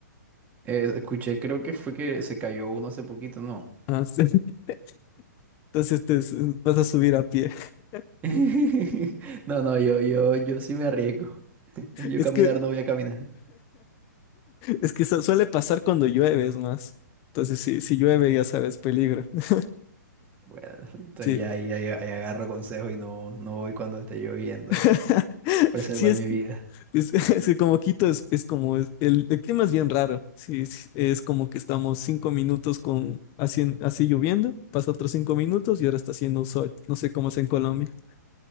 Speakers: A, on the right (about 15°); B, on the left (about 25°).
A: Eh, escuché, creo que fue que se cayó uno hace poquito, ¿no?
B: Ah, sí. <laughs> Entonces este es- vas a subir a pie. <laughs>
A: <laughs> No, no, yo, yo, yo sí me arriesgo. <laughs> Yo
B: Es
A: caminar
B: que,
A: no voy a caminar.
B: es que eso suele pasar cuando llueve, es más. Entonces, si, si llueve, ya sabes, peligro. <laughs>
A: Bueno, entonces
B: Sí.
A: ya ahí, ahí- ahí agarro consejo y no, no voy cuando esté lloviendo.
B: <laughs>
A: Preservar
B: Sí, es
A: mi
B: que,
A: vida.
B: es, <laughs> es que como Quito es, es como es- el, el clima es bien raro. Sí, sí, es como que estamos cinco minutos con así, en- así lloviendo, pasa otros cinco minutos y ahora está haciendo un sol. No sé cómo es en Colombia.